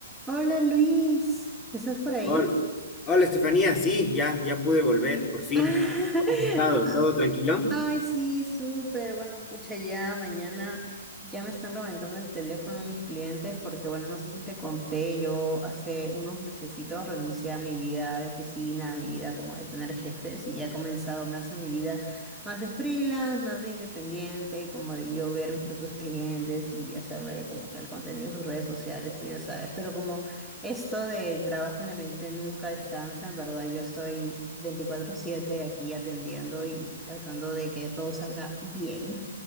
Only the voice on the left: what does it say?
Hola, hola, Estefanía, sí, ya, ya pude volver, por
fin.
¿Cómo has estado? ¿Todo tranquilo?